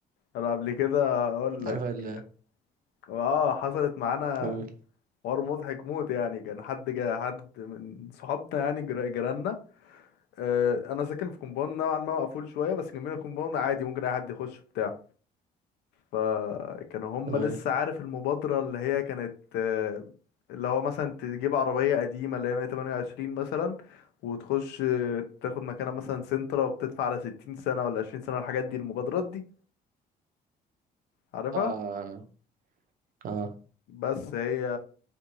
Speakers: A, on the left; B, on the right.
A: انا قبل كده اقول لك
B: عارف ال
A: اه حصلت معانا
B: قول
A: حوار مضحك موت يعني كان حد جا حد من صحابنا يعني جر- جيراننا آه، انا ساكن في كومباوند نوعا ما مقفول شويه بس جنبنا كومباوند عادي ممكن اي حد يخش بتاع فكانوا هم
B: تمام
A: لسه عارف المبادرة اللي هي كانت آه، اللي هو مثلا تجيب عربية قديمة اللي هي 128 مثلا وتخش آه، تاخد مكانها مثلا سنترا وبتدفع على 60 سنة ولا 20 سنة والحاجات دي المبادرات دي عارفها
B: اه اه
A: بس هي